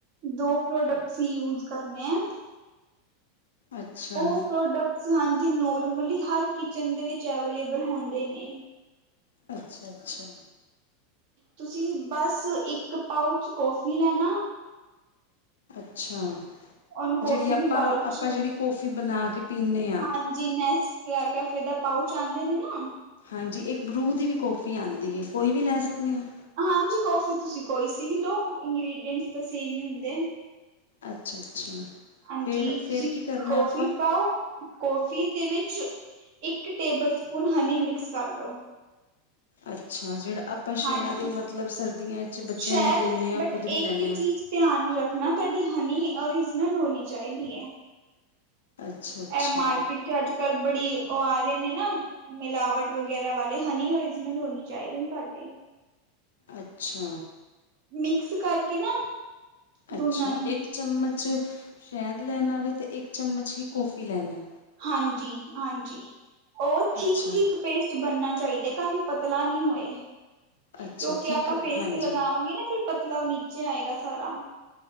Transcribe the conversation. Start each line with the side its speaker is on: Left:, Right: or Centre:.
Right: ਦੋ ਪ੍ਰੋਡਕਟ ਹੀ ਯੂਜ ਕਰਨੇ ਆ।
Left: ਅੱਛਾ
Right: ਉਹ ਪ੍ਰੋਡਕਟਸ ਹਾਂਜੀ ਨੋਰਮਲੀ ਹਰ ਕਿਚਨ ਦੇ ਵਿੱਚ ਅਵੇਲੇਬਲ ਹੁੰਦੇ ਨੇ।
Left: ਅੱਛਾ ਅੱਛਾ।
Right: ਤੁਸੀਂ ਬਸ ਇੱਕ ਪਾਉਚ ਕੋਫੀ ਲੈਣਾ।
Left: ਅੱਛਾ
Right: ਉਹਨੂੰ ਕੌਫੀ
Left: ਜਿਹੜੀ ਆਪਾਂ
Right: ਨੂੰ ਬਾਊਲ
Left: ਆਪਾਂ
Right: ਚ
Left: ਜਿਹੜੀ ਕੌਫੀ ਬਣਾ ਕੇ ਪੀਂਨੇ ਹਾਂ।
Right: ਹਾਂਜੀ ਨੈਸ ਕੈਫੇ ਦਾ ਪਾਊਚ ਆਉਂਦੇ ਨੇ ਨਾ।
Left: ਹਾਂਜੀ ਇੱਕ ਬਰੂ ਦੀ ਵੀ ਕੌਫੀ ਆਉਂਦੀ ਹੈ ਕੋਈ ਵੀ ਲੈ ਸਕਦੇ ਹਾਂ।
Right: ਹਾਂਜੀ ਕੋਫੀ ਤੁਸੀਂ ਕੋਈ ਸੀ ਵੀ ਲਓ ਇੰਗ੍ਰਡੀਂਟਸ ਤਾਂ ਸੇਮ ਹੀ ਹੁੰਦੇ
Left: ਅੱਛਾ ਅੱਛਾ।
Right: ਹਾਂਜੀ
Left: ਫਿਰ ਫਿਰ
Right: ਤੁਸੀਂ
Left: ਕੀ ਕਰਨਾ
Right: ਕੌਫੀ
Left: ਆਪਾਂ
Right: ਪਾਓ। ਕਫੀ ਦੇ ਵਿੱਚ ਇੱਕ ਟੇਬਲ ਸਪੂਨ ਹਨੀ ਮਿਕਸ ਕਰ ਲੋ।
Left: ਅੱਛਾ ਜਿਹੜਾ ਆਪਾਂ ਸ਼ਾਹਿਦ
Right: ਹਾਂਜੀ
Left: ਮਤਲਬ ਸਰਦੀਆਂ ਵਿੱਚ ਬੱਚਿਆਂ
Right: ਸ਼ਾਇਦ
Left: ਨੂੰ ਵੀ ਦਿੰਦੇ ਹਾਂ
Right: ਬਟ
Left: ਖੁਦ ਵੀ
Right: ਇੱਕ
Left: ਲੈਂਦੇ ਹਾਂ।
Right: ਚੀਜ਼ ਧਿਆਨ ਰੱਖਣਾ ਤੁਹਾਡੀ ਹਨੀ ਓਰੀਜਨਲ ਹੋਣੀ ਚਾਹੀਦੀ ਹੈ।
Left: ਅੱਛਾ ਅੱਛਾ
Right: ਇਹ ਮਾਰਕੀਟ ਚ ਅੱਜ ਕੱਲ ਬੜੀ ਉਹ ਆ ਰਹੇ ਨੇ ਨਾ। ਮਿਲਾਵਟ ਵਗੈਰਾ ਵਾਲੇ ਹਨੀ ਓਰੀਜਨਲ ਹੋਣੀ ਚਾਹੀਦੇ ਨੇ ਤੁਹਾਡੇ।
Left: ਅੱਛਾ।
Right: ਮਿਕਸ ਕਰਕੇ ਨਾ।
Left: ਅੱਛਾ
Right: ਦੋਨਾਂ ਨੂੰ
Left: ਇੱਕ ਚਮਚ ਸ਼ਹਿਦ ਲੈਣਾ ਵੇ ਅਤੇ ਇੱਕ ਚਮਚ ਹੀ ਕੌਫੀ ਲੈਣਾ।
Right: ਹਾਂਜੀ, ਹਾਂਜੀ ਉਹ ਥਿਕ
Left: ਅੱਛਾ
Right: ਥਿਕ ਪੇਸਟ। ਬਣਨਾ ਚਾਹੀਦੇ, ਕਾਫ਼ੀ ਪਤਲਾ ਨੀ ਹੋਏ ਕਿਉਂਕਿ
Left: ਅੱਛਾ ਥਿੱਕ
Right: ਆਪਾਂ ਫੇਸ
Left: ਹਾਂਜੀ
Right: ਤੇ ਲਗਾਵਾਂਗੇ ਨਾ ਫਿਰ। ਪਤਲਾ ਉਹ ਨੀਚੇ ਆਏਗਾ ਸਾਰਾ।